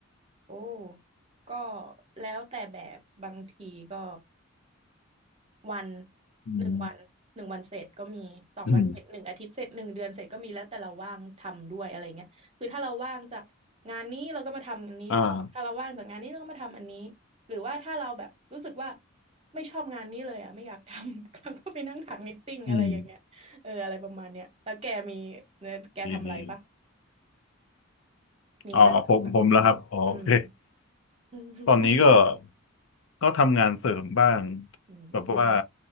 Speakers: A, on the right (about 30°); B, on the left (about 65°).
A: โอ้ก็แล้วแต่แบบบางทีก็ วัน
B: อืม
A: หนึ่งวันหนึ่งวันเสร็จก็มีสองวันเสร็จหนึ่งอาทิตย์เสร็จหนึ่งเดือนเสร็จก็มีแล้วแต่เราว่างทำด้วยอะไรเงี้ยคือถ้าเราว่างจากงานนี้เราก็มาทำอันนี้ต่อถ้าเราว่างจากงานนี้เราก็มาทำอันนี้
B: อืมอ่า
A: หรือว่าถ้าเราแบบรู้สึกว่าไม่ชอบงานนี้เลยอ่ะไม่อยากทำ <laughs> ก็ไปนั่งถักนิตติ้งอะไรอย่างเงี้ยเอออะไรประมาณเนี้ยแล้วแกมีเนี่ยแกทำอะไรปะ
B: อืมดีดี
A: มีงานแบบ
B: อ๋อผมผมแล้วครับอ๋อโอเค
A: อืม <laughs>
B: ตอนนี้ก็ก็ทำงานเสริมบ้าง
A: อื
B: แบบว่า
A: ม